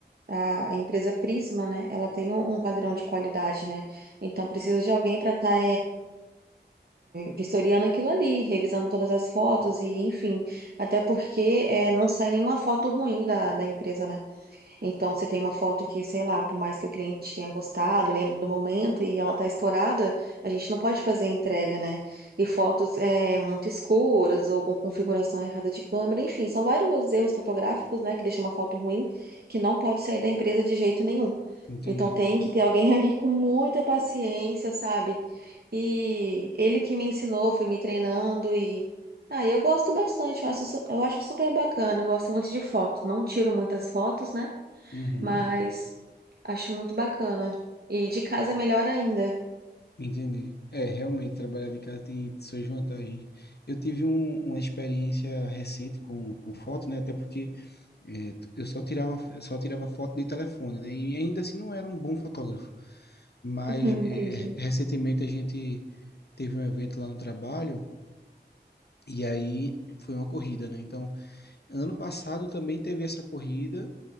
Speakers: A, on the right; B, on the left.
A: A, a empresa Prisma, né? Ela tem um, um padrão de qualidade, né? Então precisa de alguém para estar vistoriando aquilo ali, revisando todas as fotos e enfim. Até porque é, não sai nenhuma foto ruim da, da empresa, né? Então, se tem uma foto que, sei lá, por mais que o cliente tenha gostado, lembre do momento e ela tá estourada, a gente não pode fazer a entrega, né? E fotos é, muito escuras ou com configuração errada de câmera, enfim, são vários erros fotográficos, né, que deixam uma foto ruim que não pode sair da empresa de jeito nenhum.
B: Entendi.
A: Então, tem que ter alguém ali com muita paciência, sabe? E ele que me ensinou, foi me treinando e. Ah, eu gosto bastante, eu acho, su- eu acho super bacana, eu gosto muito de foto. Não tiro muitas fotos, né?
B: Uhum.
A: mas acho muito bacana. E de casa é melhor ainda.
B: Entendi. É, realmente, trabalhar de casa tem suas vantagens. Eu tive um- uma experiência recente com, com foto, né? Até porque é, t- eu só tirava, só tirava foto de telefone, né? E ainda assim não era um bom fotógrafo. Mas
A: <laughs> Entendi.
B: é, é, recentemente a gente teve um evento lá no trabalho e aí foi uma corrida, né? Então, ano passado também teve essa corrida